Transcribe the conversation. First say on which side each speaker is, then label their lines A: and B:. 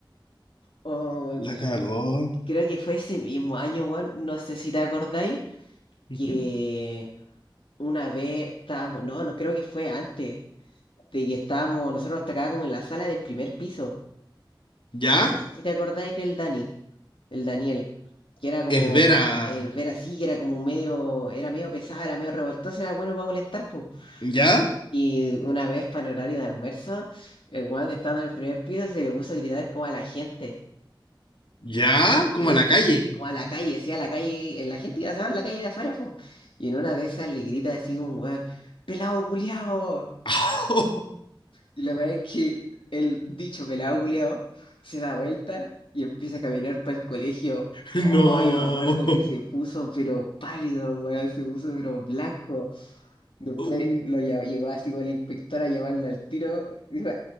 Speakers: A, on the left (about 85°); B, on the left (about 70°).
A: Oh, weón.
B: La cagó.
A: weón, Creo que fue ese mismo año, weón, no sé si te acordáis,
B: Ujú.
A: que una vez estábamos, no, no creo que fue antes. de que estábamos, nosotros estábamos como en la sala del primer piso.
B: ¿Ya?
A: Y no sé si te acordáis del Dani, el Daniel, que era como
B: El ver a,
A: el ver así, que era como medio, era medio pesado, era medio revoltoso, era bueno para molestar, pum.
B: ¿Ya?
A: Y una vez para el horario de almuerzo, el weón estando en el primer piso se le puso a gritar como a la gente.
B: ¿Ya?
A: Y
B: Como a
A: en
B: la
A: u-
B: calle.
A: como a la calle, sí, a la calle, en la gente iba a en la calle de afuera, pum. Y en una de esas le grita así un weón, pelado culiao.
B: <laughs>
A: Y la verdad es que el dicho pelado culiao se da vuelta y empieza a caminar para el colegio.
B: No.
A: Oh, yo me acuerdo que se puso pero pálido el weón, se puso pero blanco. Después
B: Uh,
A: lo
B: <laughs>
A: lla- llegó así con el inspector a llamarlo al tiro. Dijo,